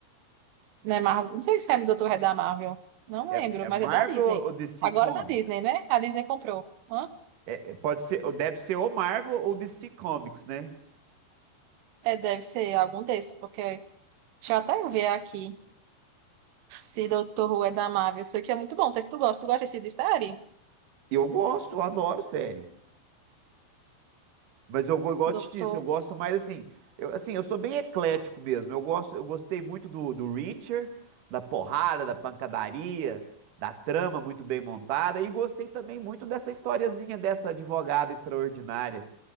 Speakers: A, on the right; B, on the right.
A: Né, Marvel? Não sei se é do Dr. Red da Marvel. Não
B: É,
A: lembro,
B: é
A: mas
B: Marvel
A: é da Disney.
B: ou DC
A: Agora
B: Comics?
A: é da Disney, né? A Disney comprou. Hã?
B: É- é- pode ser, ou deve ser ou Marvel ou DC Comics, né?
A: É, deve ser algum desses, porque. Deixa eu até ver aqui se Dr. Who é da Marvel. Isso aqui é muito bom. Não sei se tu gosta. Tu gosta desse de série?
B: Eu gosto, eu adoro série. Mas eu, go- igual
A: Doutor.
B: eu te disse, eu gosto mais assim. Eu, assim, eu sou bem eclético mesmo. Eu gosto, eu gostei muito do, do Reacher, da porrada, da pancadaria, da trama muito bem montada. E gostei também muito dessa historiazinha dessa advogada extraordinária.